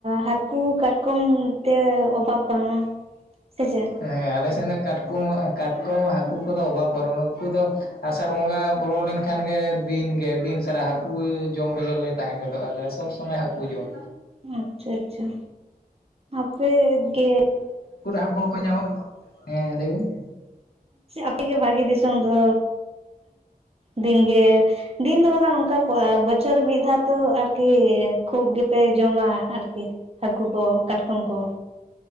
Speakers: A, on the right (about 40°); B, on the left (about 75°).
A: ᱦᱟᱹᱠᱩ ᱠᱟᱴᱠᱚᱢ ᱛᱮ ᱚᱵᱷᱟᱵᱽ ᱵᱟᱝᱟ ᱥᱮ ᱪᱮᱫ
B: ᱦᱮᱸ ᱟᱞᱮᱥᱮᱫ ᱫᱚ ᱠᱟᱴᱠᱚᱢ ᱠᱟᱴᱠᱚᱢ ᱦᱟᱹᱠᱩ ᱠᱚᱫᱚ ᱚᱵᱷᱟᱵ ᱵᱟᱱᱩᱜ-ᱟ ᱩᱱᱠᱩ ᱫᱚ ᱟᱥᱟᱲ ᱵᱚᱸᱜᱟ ᱵᱚᱞᱚ ᱞᱮᱱᱠᱷᱟᱱ ᱜᱮ ᱫᱤᱱᱜᱮ ᱫᱤᱱ ᱥᱟᱨᱟ ᱦᱟᱹᱠᱩ ᱡᱚᱢ ᱨᱮᱜᱮᱞ ᱞᱮ ᱛᱟᱦᱮᱸ ᱜᱚᱫᱚᱜᱼᱟᱞᱮ ᱥᱚᱵᱥᱚ ᱢᱮ ᱦᱟᱹᱠᱩ ᱡᱚᱢ
A: ᱟᱪᱪᱷᱟ ᱟᱪᱪᱷᱟ ᱟᱯᱮᱜᱮ
B: ᱦᱟᱠᱩ ᱦᱚᱸᱠᱚ ᱧᱟᱢᱚᱜ ᱜᱮᱭᱟ ᱦᱮᱸ ᱞᱟᱹᱭ ᱵᱤᱱ
A: ᱟᱯᱮᱜᱮ ᱵᱷᱟᱜᱮ ᱫᱤᱥᱚᱢ ᱫᱚ ᱫᱤᱱᱜᱮ ᱫᱤᱱ ᱫᱚ ᱵᱟᱝᱟᱱ ᱚᱱᱠᱟ ᱵᱚᱪᱷᱚᱨᱮ ᱢᱤᱫ ᱫᱷᱟᱣ ᱛᱚ ᱟᱨᱠᱤ ᱠᱷᱩᱵ ᱜᱮᱯᱮ ᱡᱚᱢᱟ ᱟᱨᱠᱤ ᱦᱟᱹᱠᱩ ᱠᱚ ᱠᱟᱴᱠᱚᱢ ᱠᱚ